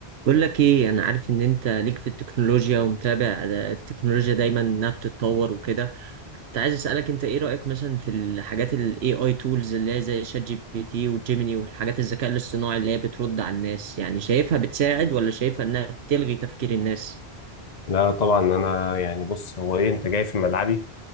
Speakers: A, on the right; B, on the left.
A: بقول لك ايه انا عارف ان انت ليك في التكنولوجيا ومتابع آه، التكنولوجيا دايما انها بتتطور وكده كنت عايز اسالك انت ايه رايك مثلا في الحاجات الاي اي تولز اللي هي زي شات جي بي تي وجيميني والحاجات الذكاء الاصطناعي اللي هي بترد على الناس يعني شايفها بتساعد ولا شايفها انها بتلغي تفكير الناس
B: لا طبعا انا يعني بص هو ايه انت جاي في ملعبي